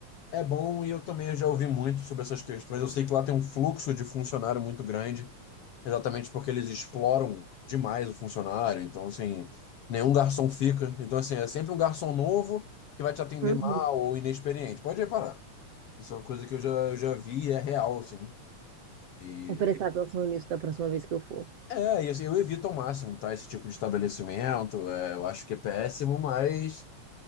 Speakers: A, on the left; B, on the right.
A: É bom e eu também já ouvi muito sobre essas questões. Eu sei que lá tem um fluxo de funcionário muito grande. exatamente porque eles exploram demais o funcionário. Então, assim, nenhum garçom fica. Então, assim, é sempre um garçom novo que vai te atender
B: uhum.
A: mal ou inexperiente. Pode reparar. Isso é uma coisa que eu já, eu já vi e é real, assim. E,
B: Vou prestar atenção nisso da próxima vez que eu for.
A: é, e assim, eu evito ao máximo, tá? Esse tipo de estabelecimento. É, eu acho que é péssimo, mas